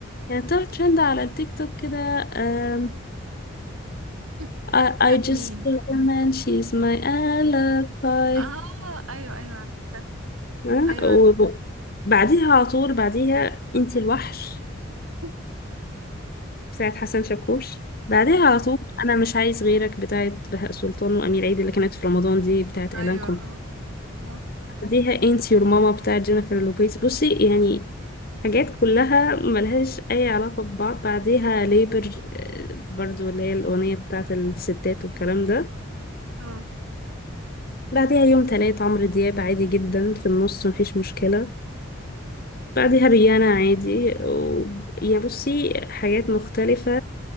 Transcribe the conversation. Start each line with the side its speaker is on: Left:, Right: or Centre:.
Left: يعني طلعت ترند على التيك توك كده آم،
Right: <laughs>
Left: I,
Right: بتاعت
Left: I just
Right: مين
Left: kill a man she's my alibi
Right: اه ايوه ايوه عرفتها
Left: آه،
Right: ايوه عرفتها
Left: وبعديها على طول بعديها انتي الوحش
Right: <laughs>
Left: بتاعت حسن شاكوش بعديها
Right: ايوه
Left: على طول انا مش عايز غيرك بتاعت بهاء سلطان وامير عيد اللي كانت في رمضان دي بتاعت
Right: ايوه
Left: اعلان كم
Right: اه اه
Left: بعديها انتي يور ماما بتاعت جينيفر لوبيز بصي يعني حاجات كلها ملهاش اي علاقة ببعض بعديها ليبر آه، برضو اللي هي الاغنية بتاعت الستات والكلام ده
Right: اه
Left: بعديها يوم تلات عمرو دياب عادي جدا في النص مفيش مشكلة بعدها ريانا عادي و... يعني بصي حاجات مختلفة